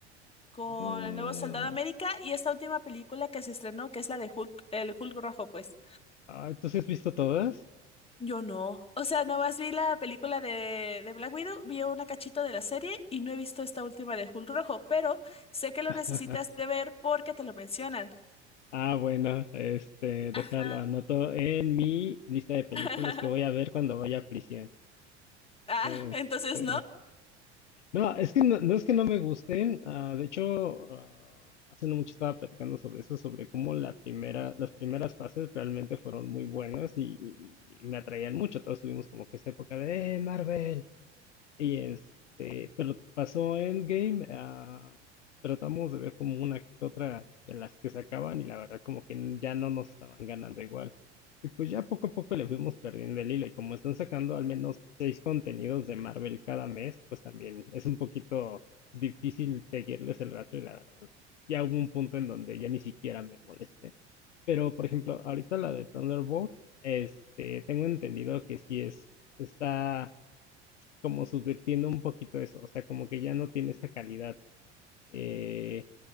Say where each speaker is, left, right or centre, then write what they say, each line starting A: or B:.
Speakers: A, on the left; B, on the left.
A: con
B: Mm,
A: el nuevo Soldado América y esta última película que se estrenó, que es la de Hulk, el Hulk rojo, pues.
B: ay, ¿tú sí has visto todas?
A: Yo no. O sea, nomás vi la película de, de Black Widow, vi una cachito de la serie y no he visto esta última de Hulk rojo, pero sé que lo
B: <laughs>
A: necesitas de ver porque te lo mencionan.
B: Ah, bueno, este,
A: Ajá.
B: déjalo, anoto en mi lista de películas
A: <laughs>
B: que voy a ver cuando vaya a prisión.
A: Ah,
B: Este.
A: entonces
B: No, es que no, no es que no me gusten. ah, de hecho, ah, hace no mucho estaba platicando sobre eso, sobre cómo la primera, las primeras fases realmente fueron muy buenas y, y- y me atraían mucho. Todos tuvimos como que esa época de "Eh, Marvel. Y este, pero pasó Endgame, ah, tratamos de ver como una que otra de las que sacaban y la verdad como que n- ya no nos estaban ganando igual. Y pues ya poco a poco le fuimos perdiendo el hilo y como están sacando al menos seis contenidos de Marvel cada mes, pues también es un poquito difícil seguirles el rastro y la verdad ya hubo un punto en donde ya ni siquiera me molesté. Pero por ejemplo, ahorita la de Thunderbolt, este, tengo entendido que sí es, está como subvirtiendo un poquito eso, o sea, como que ya no tiene esa calidad eh,